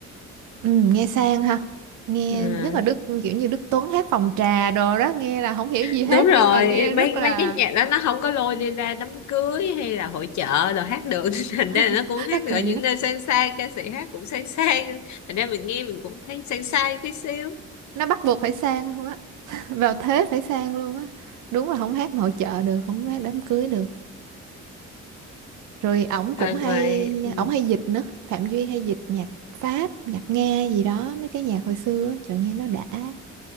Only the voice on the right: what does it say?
ừ, nghe sang ha nghe
nhất là Đức kiểu như Đức Tuấn hát phòng trà đồ đó nghe là không hiểu gì
hết
nhưng mà nghe rất
là
<laughs>
nó kỳ
á
nó bắt buộc phải sang luôn á <laughs> vào thế phải sang luôn á đúng là không hát nội trợ được không hát đám cưới được rồi ổng cũng
hay
ổng hay dịch nữa Phạm Duy hay dịch nhạc Pháp nhạc Nga gì đó mấy cái nhạc hồi xưa á, trời nghe nó đã